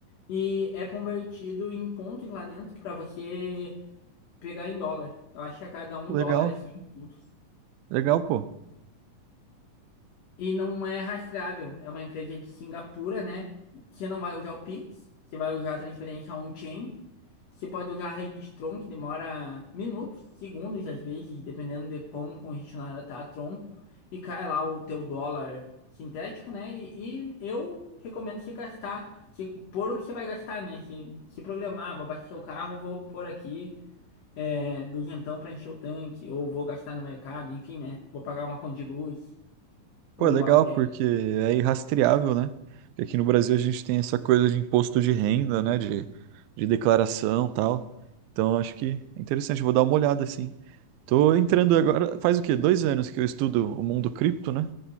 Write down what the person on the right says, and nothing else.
Legal,
legal, pô.
Pô,
é legal
porque é irrastreável, né? Porque Aqui no Brasil a gente tem essa coisa de imposto de renda, né? De, de declaração e tal. Então acho que é interessante, vou dar uma olhada assim. Tô entrando agora, faz o quê? Dois anos que eu estudo o mundo cripto, né?